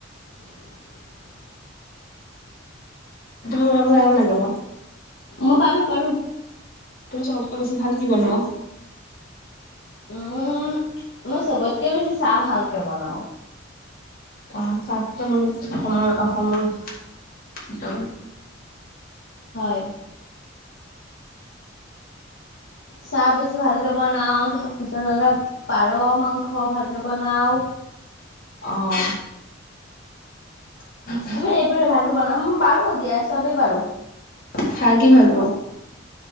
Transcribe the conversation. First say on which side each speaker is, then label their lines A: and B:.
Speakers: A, on the left; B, on the left.
A: <inaudible>
B: তুমি বনাব জানা নে নাজানো?
A: মই পাৰো পাৰো।
B: তুমি চবতকে বেছি ভাল কি বনোৱা?
A: উম, মই চবতকে বেছি চাহ ভালকে বনাও।
B: চাহ <unintelligible> অসমৰ অসমৰ ভিতৰত।
A: হয়। চাহ বেছি ভালকে বনাও, পিছত পাৰ মাংস ভালকে বনাও।
B: অ'। <inaudible>
A: তুমি এইবোৰে ভালকে বনাম, পাৰো দিয়া চবে পাৰো।
B: খাই কি ভাল পোৱা?